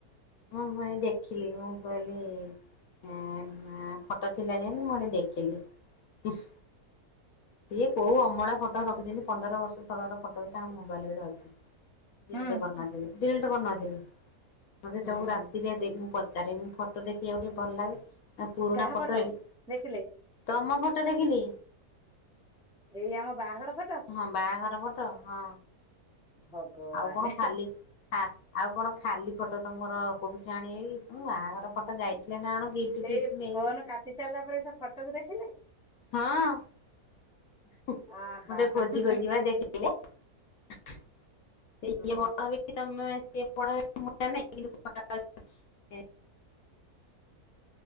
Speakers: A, on the left; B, in the centre.
A: ମୁଁ ପୁଣି ଦେଖିଲି ମୁଁ କହିଲି ହୁଁ ହୁଁ ଫୋଟ ଥିଲା ଯେମିତି ମୁଁ ଣି ଦେଖିଲି। ଉଁସ୍ ସିଏ କୋଉ ଅମଳା ଫ ଫଟୋ ରଖିଛନ୍ତି ପନ୍ଦର ବର୍ଷ ତଳର ଫୋଟ ତାଙ୍କ ମୋବାଇଲ ରେ ଅଛି। <unintelligible>
B: ହୁଁ
A: ଡେଟ କରି ନଥିବେ। ମତେ
B: ହୁଁ
A: ଯୋଉ ରାତିରେ ମୁଁ ପଚାରିମ ଫଟୋ ଦେଖି ଆଉ ଟିକେ ଭଲ ଲାଗେ। ଆ ପୁରୁଣା
B: କାହା
A: ଫୋଟ
B: ଫଟୋ
A: ଏଡ଼
B: ଦେଖିଲେ
A: ତମ ଫୋଟ ଦେଖିଲି।
B: ଏଇ ଆମ ବାହାଘର ଫୋଟ।
A: ହଁ ବାହାଘର ଫୋଟ ହଁ
B: ଭଗବାନ
A: ଆଉ କଣ ଖାଲି ହାଁ ଆଉ କଣ ଖାଲି ଫୋଟ ତମର କୋଉଠୁ ସେ ଆଣିବେ କି ହୁଁ ବାହାଘର ଫୋଟ ଯାଇଥିଲେ ନା କଣ ଗିଫ୍ଟ
B: ହେଇ
A: ଫିଫ୍ଟ ନେଇକି
B: ଫୋନ କାଟି ସରିଲା ପରେ ସେ ଫୋଟୋ କୁ ଦେଖିଲେ?
A: ହଁ
B: ଆହା
A: ମତେ ଖୋଜି
B: ହଁ
A: ଖୋଜି ବା ଦେଖେଇଲେ। <unintelligible>
B: ହୁଁ
A: <unintelligible> <unintelligible>